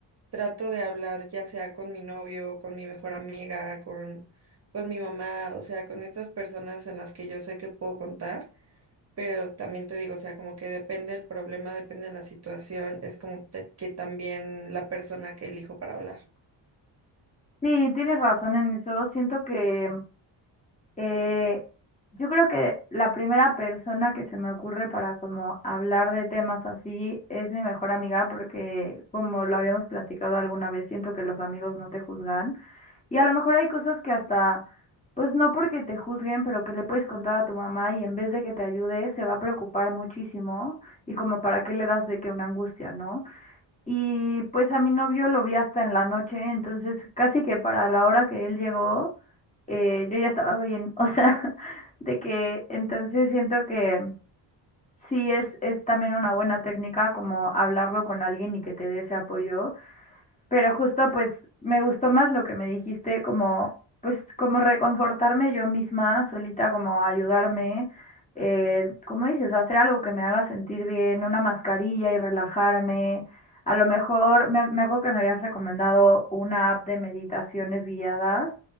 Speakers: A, on the right; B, on the left.
A: trato de hablar ya sea con mi novio, con mi mejor amiga, con, con mi mamá, o sea, con estas personas en las que yo sé que puedo contar, pero también te digo, o sea, como que depende el problema, depende de la situación, es como que, que también la persona que elijo para hablar.
B: Sí, tienes razón en eso. Siento que Eh, yo creo que la primera persona que se me ocurre para como hablar de temas así es mi mejor amiga porque como lo habíamos platicado alguna vez, siento que los amigos no te juzgan y a lo mejor hay cosas que hasta, pues no porque te juzguen, pero que le puedes contar a tu mamá y en vez de que te ayude se va a preocupar muchísimo y como para qué le das de que una angustia, ¿no? Y pues a mi novio lo vi hasta en la noche, entonces casi que para la hora que él llegó, eh, yo ya estaba bien. <laughs> O sea, de que entonces siento que sí es, es también una buena técnica como hablarlo con alguien y que te dé ese apoyo. Pero justo pues me gustó más lo que me dijiste, como pues como reconfortarme yo misma, solita, como ayudarme, eh, como dices, hacer algo que me haga sentir bien, una mascarilla y relajarme. A lo mejor me, me acuerdo que me habías recomendado una app de meditaciones guiadas.